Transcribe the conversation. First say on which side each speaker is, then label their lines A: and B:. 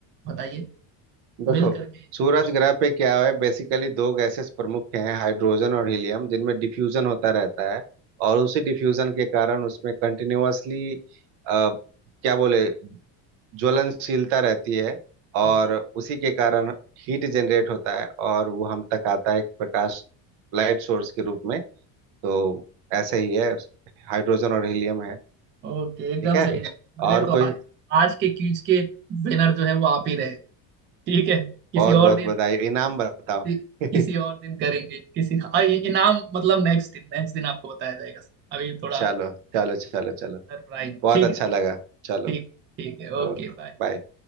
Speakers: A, on the right (about 30°); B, on the right (about 75°).
A: बताइए
B: देखो
A: मिल करके
B: सूरज
A: जो
B: ग्रह पे क्या है बेसिकली दो गैसेस प्रमुख हैं हाइड्रोजन और हीलियम जिनमें डिफ्यूजन होता रहता है और उसी डिफ्यूजन के कारण उसमें कंटिन्यूअसली क्या बोले ज्वलनशीलता रहती है और
A: ओ-
B: उसी के कारण हीट जनरेट होता है और वो हम तक आता है एक प्रकाश लाइट सोर्स के रूप में तो ऐसे ही है हाइड्रोजन और हीलियम है
A: ओके एकदम
B: ठीक है
A: सही है अरे
B: और
A: तो
B: कोई
A: आज आज के क्यूज के विनर जो है वो आप ही रहे ठीक है किसी
B: बहुत
A: और
B: बहुत
A: तो दिन
B: बधाई इनाम बताओ
A: किसी
B: <laughs>
A: किसी और दिन करेंगे किसी और ये इनाम मतलब नेक्स्ट दिन नेक्स्ट दिन आपको बताया जाएगा अभी थोड़ा
B: चलो चलो चलो चलो
A: सरप्राइज
B: बहुत
A: ठीक
B: अच्छा
A: है ठीक
B: लगा चलो
A: ठीक ठीक है Okay
B: Okay
A: bye
B: bye